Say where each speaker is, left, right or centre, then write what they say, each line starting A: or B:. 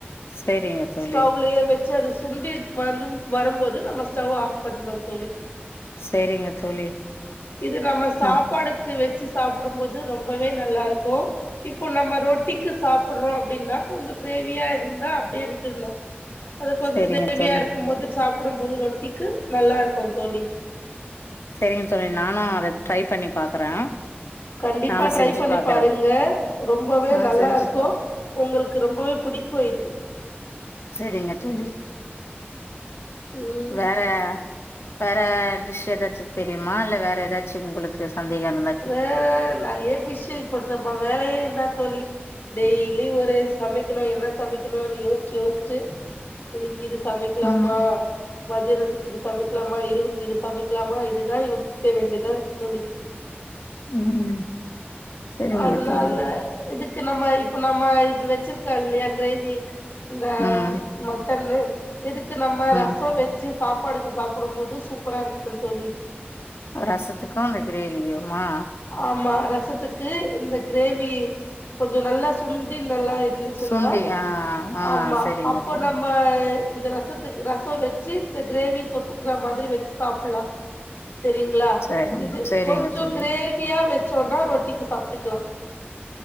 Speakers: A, on the left; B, on the left.
A: சரிங்க தோழி
B: ஸ்டவ்லயே வெச் சு அது சுண்டி வரு வரும்போது நம்ம ஸ்டவ்வ ஆஃப் பண்ணணு தோழி
A: சேரிங்க தோழி
B: இது நம்ம சாப்பாடுக்கு
A: ஆ
B: வெச்சு சாப்டும்போது ரொம்பவே நல்லாருக்கு இப்போ நம்ம ரொட்டிக்கி சாப்டுறோ அப்டின்னா கொஞ்சோ கிரேவியாருந்தா அப்டியே விட்டற்னு அது கொஞ்சோ
A: சரிங்க
B: கிரேவியா
A: தோழி
B: இருக்கும் போது சாப்டும் போது ரொட்டிக்கு நல்லாருக்கு தோழி
A: செரிங்க தோழி நானு அத ட்ரை பண்ணி பாக்குறே
B: கண்டிப்பா
A: நானு
B: ட்ரை
A: செஞ்சு
B: பண்ணி
A: பாக்குறே
B: பாருங்க ரொம்பவே
A: ஆ
B: நல்லாருக்கு
A: செஞ்சு பா
B: உங்களுக்கு ரொம்பவே புடி க்கு இது
A: செரிங்க தோழி
B: ம்
A: வேற வேற டிஷ் ஏதாச்சு தெரியுமா இல்ல வேற ஏதாச்சு உங்களுக்கு கு சந்தேகோ அந்த மாரி
B: வேற நறைய டிஷ் பண்றம்மா இப்போ வேலையே இல்ல தோழி டெய்லி ஒரு சமைக்கணு என்ன சமைக்கணுன்னு யோச்சு யோச்சு இன்னிக்கி இது சமைக்லாமா
A: ம்
B: மதியானத்துக்கு இது சமைக்கலாமா இரவுக்கு இது சமைக்கலாமா இதுதா யோசிக்க வேண்டியதாருக்கு தோழி
A: ம் ம் சரிங்க
B: அதுனால
A: தோழி
B: இதுக்கு நம்ம இப்ப நம்ம இது வச்சிருக்கல்லயா கிரேவி இந்த
A: ம்
B: மட்டன்லே இதுக்கு நம்ம
A: ம்
B: ரசொ வச்சு சாப்பாடுக்கு சாப்டும் போது சூப்பராருக்கு தோழி
A: ரசத்துக்கு அந்த கிரேவியுமா
B: ஆமா ரசத்துக்கு இந்த கிரேவி கொஞ்சோ நல்லா சுண்டி நல்லா இருந்து ச்சுன்னா
A: சுண்டி ஆ ஆ
B: ஆமா
A: சரிங்க
B: அப்போ
A: தோழி
B: நம்ம இந்த ரசத்துக்கு ரசொ வச்சு இந்த கிரேவி தொட்டுக்கற மாதிரி வச்சு சாப்புலா செரிங்ளா
A: சரிங்க
B: இது
A: சரிங்க
B: கொஞ்சோ
A: தோழி
B: கிரேவியா வச்சோன்னா ரொட்டிக்கு சாப்ட்டுக்லா